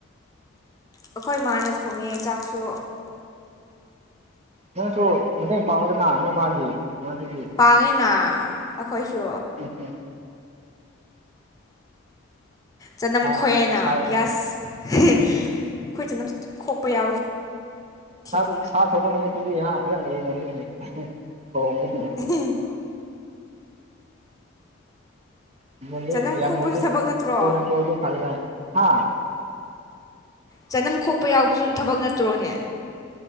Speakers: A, on the left; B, on the right.
A: ꯑꯩꯈꯣꯏ ꯃꯥꯅ ꯊꯣꯡꯉꯦ ꯆꯥꯛꯁꯨ
B: ꯅꯪꯁꯨ ꯃꯇꯦꯡ ꯄꯥꯡꯉꯗꯅ ꯅꯣꯏ ꯃꯥꯒꯤꯇꯒꯤ
A: ꯄꯥꯡꯉꯤꯅ ꯑꯩꯈꯣꯏꯁꯨ
B: ꯎꯝ
A: ꯆꯅꯝ
B: ꯁꯥ
A: ꯈꯣꯛꯑꯦꯅ
B: ꯁꯥ
A: ꯄꯤꯌꯥꯁ ꯑꯩꯈꯣꯏ ꯆꯅꯝ ꯈꯣꯛꯄ ꯌꯥꯎꯏ ꯁꯤꯗꯤ
B: ꯁꯥ ꯁꯕ ꯅꯨꯃꯤꯠꯠꯇꯗꯤꯟ ꯐꯉꯃꯤꯉ
A: ꯍꯝ
B: ꯎꯝ ꯃ
A: ꯆꯅꯝ
B: ꯌꯥꯝ
A: ꯈꯣꯛꯄꯁꯨ
B: ꯃꯣꯗꯤ
A: ꯊꯕꯛ ꯅꯠꯇ꯭ꯔꯣ
B: ꯄꯅ ꯃꯣꯗꯤ ꯐ ꯍꯥ
A: ꯆꯅꯝ ꯈꯣꯛꯄ ꯌꯥꯎꯕꯁꯨ ꯊꯕꯛ ꯅꯠꯇ꯭ꯔꯣꯅꯦ꯫